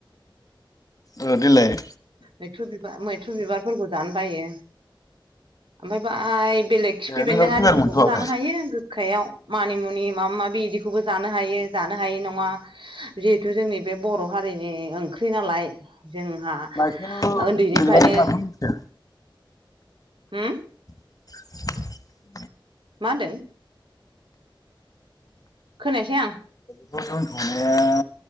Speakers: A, on the left; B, on the right.
A: ओ देलाय
B: मैथ्रु बिबार-मैथ्रु बिबारफोरखौ जानो बायो। ओमफाय बाय बेलेग खिफि
A: नोंनाबो
B: बेन्दों
A: खोनानो
B: आरिफोरखौबो
A: मोनथ'वाखै
B: जानो हायो गो खायाव मानि मुनि माव माबि इदिखौबो जानो हायो जानो हायि नङा <unintelligible> जिहेथु जोंनि बे बर' हारिनि ओंख्रि नालाय जोंहा
A: नाइखेल
B: ओन्दैनिफ्रायनो
A: जेनेबा नों माखौ मिथिया
B: होम
A: <unintelligible>
B: मा होनदों खोनायासै आं।
A: खौ दोनथ'नाया